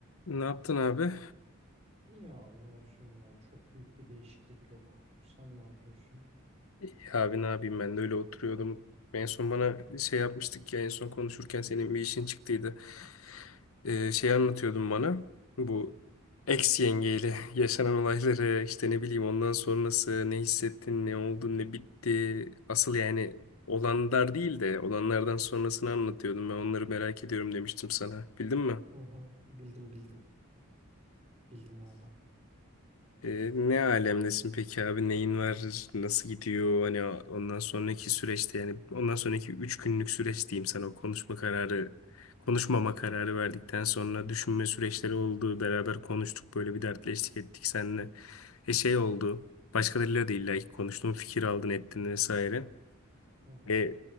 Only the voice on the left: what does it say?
Ne yaptın abi?
İyi Abi ne yapayım ben de öyle oturuyordum. En son bana şey yapmıştık ya en son konuşurken senin bir işin çıktıydı. Ee, şey anlatıyordun bana. Bu ex yengeyle yaşanan olayları işte ne bileyim ondan sonrası ne hissettin ne oldu ne bitti. Asıl yani olanlar değil de olanlardan sonrasını anlatıyordum. Ben onları merak ediyorum demiştim sana. Bildin mi?
Ee, ne alemdesin peki abi? Neyin var? Nasıl gidiyor? Hani ondan sonraki süreçte yani ondan sonraki 3 günlük süreç diyeyim sana o konuşma kararı konuşmama kararı verdikten sonra düşünme süreçleri oldu. Beraber konuştuk böyle bir dertleştik ettik seninle. E şey oldu. Başkalarıyla da illa ki konuştun fikir aldın ettin vesaire.
E